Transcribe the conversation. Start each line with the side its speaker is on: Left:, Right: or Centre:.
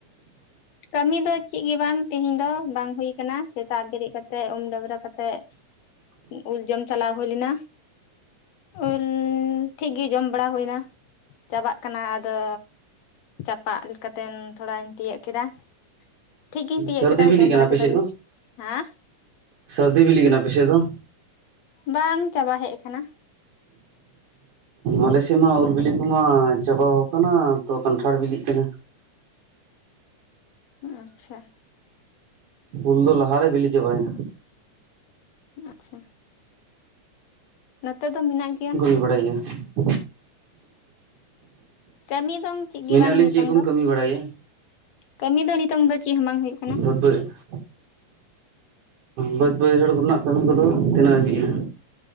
Left: ᱠᱟᱹᱢᱤ ᱫᱚ ᱪᱮᱫ ᱜᱮ ᱵᱟᱝ ᱛᱮᱦᱮᱧ ᱫᱚ ᱵᱟᱝ ᱦᱩᱭ ᱠᱟᱱᱟ ᱥᱮᱛᱟᱜ ᱵᱮᱨᱮᱫ ᱠᱟᱛᱮᱜ ᱩᱢ ᱰᱟᱹᱵᱨᱟᱹ ᱠᱟᱛᱮᱜ ᱩᱞ ᱡᱚᱢ ᱪᱟᱞᱟᱣ ᱦᱩᱭ ᱞᱮᱱᱟ᱾ ᱩᱞ ᱴᱷᱤᱠ ᱜᱮ ᱡᱚᱢ ᱵᱟᱲᱟ ᱦᱩᱭᱱᱟ᱾ ᱪᱟᱵᱟᱜ ᱠᱟᱱᱟ ᱟᱫᱚ ᱪᱟᱯᱟᱜ ᱞᱮᱠᱟᱛᱮᱱ ᱛᱷᱚᱲᱟᱧ ᱛᱤᱭᱳᱜ ᱠᱮᱫᱟ ᱴᱷᱤᱠ ᱜᱤᱧ ᱛᱤᱭᱟᱹᱜ
Right: ᱥᱟᱹᱨᱫᱤ
Left: ᱠᱮᱫᱟ
Right: ᱵᱤᱞᱤᱜ
Left: ᱡᱚᱢ
Right: ᱠᱟᱱᱟ
Left: ᱵᱟᱲᱟ
Right: ᱟᱯᱮ
Left: ᱠᱮᱫᱟᱞᱮ
Right: ᱥᱮᱫ ᱫᱚ
Left: ᱦᱮᱸ᱾
Right: ᱥᱟᱹᱨᱫᱤ ᱵᱤᱞᱤᱜ ᱠᱟᱱᱟ ᱟᱯᱮᱥᱮᱫ ᱫᱚ?
Left: ᱵᱟᱝ ᱪᱟᱵᱟ ᱦᱮᱡ ᱟᱠᱟᱱᱟ᱾
Right: ᱟᱞᱮᱥᱮᱫ ᱢᱟ ᱩᱞ ᱵᱤᱞᱤ ᱠᱩᱢᱟ ᱪᱟᱵᱟᱣ ᱟᱠᱟᱱᱟ ᱛᱚ ᱠᱟᱱᱴᱷᱟᱲ ᱵᱤᱞᱤᱜ ᱠᱟᱱᱟ᱾
Left: ᱦᱩᱜ-ᱩ ᱟᱪᱪᱷᱟ᱾
Right: ᱩᱞ ᱫᱚ ᱞᱟᱦᱟᱨᱮ ᱵᱤᱞᱤ ᱪᱟᱵᱟᱭᱮᱱᱟ᱾
Left: ᱟᱪᱪᱷᱟ᱾ ᱱᱚᱛᱮ ᱫᱚ ᱢᱮᱱᱟᱜ ᱜᱮᱭᱟ᱾
Right: ᱦᱩᱭ ᱵᱟᱲᱟᱭᱮᱜ-ᱟ᱾
Left: ᱠᱟᱹᱢᱤ ᱫᱚᱝ ᱪᱮᱫ ᱜᱮ
Right: ᱢᱮᱱᱟᱜ
Left: ᱵᱟᱝ
Right: ᱞᱤᱧ
Left: ᱱᱤᱛᱚᱝ
Right: ᱪᱮᱫ ᱠᱚᱢ
Left: ᱫᱚ
Right: ᱠᱟᱹᱢᱤ ᱵᱟᱲᱟᱭᱮᱫᱼᱟ
Left: ᱠᱟᱹᱢᱤ ᱫᱚ ᱱᱤᱛᱚᱝ ᱫᱚ ᱪᱮᱜ ᱦᱚᱸ ᱵᱟᱝ ᱦᱩᱭᱩᱜ ᱠᱟᱱᱟ᱾
Right: <unintelligible> ᱵᱟᱹᱫᱽ ᱵᱟᱹᱭᱦᱟᱹᱲ ᱠᱚᱨᱮᱱᱟᱜ ᱠᱟᱹᱢᱤ ᱠᱚᱫᱚ ᱛᱤᱱᱟᱹᱜ ᱦᱟᱹᱵᱤᱡ ᱮᱱᱟ?